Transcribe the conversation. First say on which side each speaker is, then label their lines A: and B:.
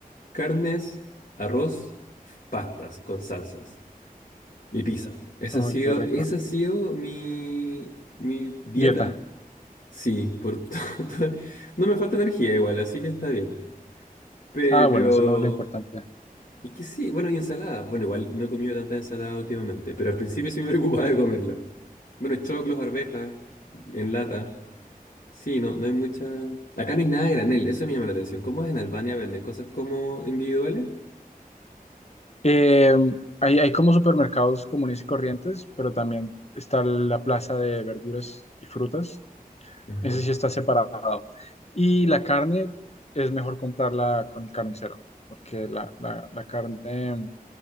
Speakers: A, on the left (about 60°); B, on the left (about 45°).
A: Carnes, arroz, pastas con salsas y pizza.
B: <laughs>
A: Esa
B: Uy,
A: ha sido,
B: qué rico.
A: esa ha sido mi, mi dieta.
B: Dieta.
A: Sí, por todo. <laughs> No me falta energía igual, así que está bien. Pero...
B: Ah, bueno, eso es lo, lo importante.
A: Y que sí, bueno, y ensalada. Bueno, igual no he comido tanta ensalada últimamente, pero al principio sí me <laughs> preocupaba de comerla. Bueno, choclos, arvejas, en lata. Sí, no, no hay mucha... Acá no hay nada a granel,
B: Mm.
A: eso me llama la atención. ¿Cómo es en Albania? ¿Venden cosas como individuales?
B: Eh, hay, hay como supermercados comunes y corrientes, pero también está la plaza de verduras y frutas.
A: Ajá.
B: Ese sí está separado. Y la carne es mejor comprarla con el carnicero, porque la, la- la carne